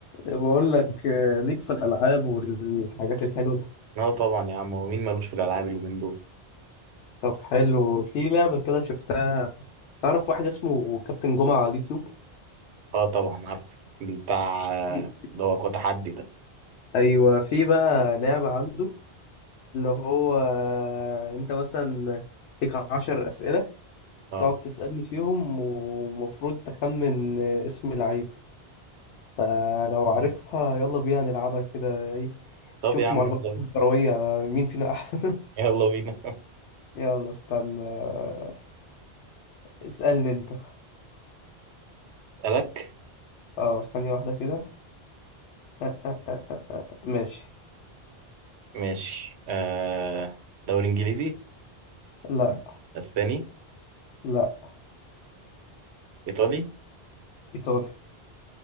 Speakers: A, on the left (about 80°); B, on the right (about 85°).
A: بقول لك آه، ليك في الألعاب والحاجات الحلوة
B: اه طبعا يا عم ومين مالوش في الالعاب اليومين دول
A: طب حلو في لعبة كده شفتها تعرف واحد اسمه كابتن جمعة على اليوتيوب
B: اه طبعا عارفه بتاع آه،
A: في-
B: اللي هو قوة تحدي ده
A: أيوة في بقى لعبة عنده اللي هو آه، أنت مثلا ليك عشر أسئلة
B: اه
A: تقعد تسألني فيهم ومفروض تخمن آه، اسم لعيب فلو عارفها
B: أيوة.
A: يلا بينا نلعبها كده إيه
B: طب
A: نشوف
B: يا عم
A: معلومات
B: يلا بينا
A: كروية مين فينا أحسن
B: يلا بينا <laughs>
A: <laughs> يلا استنى آه، اسألني أنت
B: اسالك
A: اه ثانية واحدة كده آه، آه، آه، آه، آه. ماشي
B: ماشي آه دوري انجليزي
A: لا
B: اسباني
A: لا
B: ايطالي
A: إيطالي